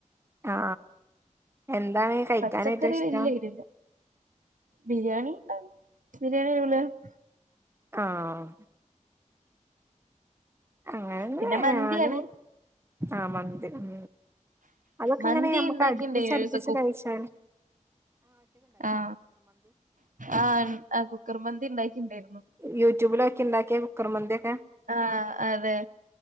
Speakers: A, on the right; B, on the right.
A: ആ എന്താണ് കഴിക്കാൻ
B: പച്ചക്കറി
A: ഏറ്റവും ഇഷ്ടം
B: വല്യ ഐഡിയല്ല ബിരിയാണിണ്ടാകും ബിരിയാണി <unintelligible>
A: ആഹ് അങ്ങനെ
B: പിന്നെ മന്തിയാണ്
A: ഞാനും ആഹ് മന്തി ഉം അതൊക്കെ
B: മന്തി
A: ഇങ്ങനെ നമ്മക്ക്
B: ഇണ്ടാക്കിണ്ടേനി
A: അടുപ്പിച്ചടുപ്പിച്ച്
B: ഒരീസം
A: കഴിച്ചാന്
B: ആ ആ ആ കുക്കർ മന്തി ണ്ടാക്കി ണ്ടായിരുന്നു
A: യൂറ്റ്യൂബിലോക്കി ണ്ടാക്കിയ കുക്കർ മന്തിയൊക്കെ
B: ആ അതെ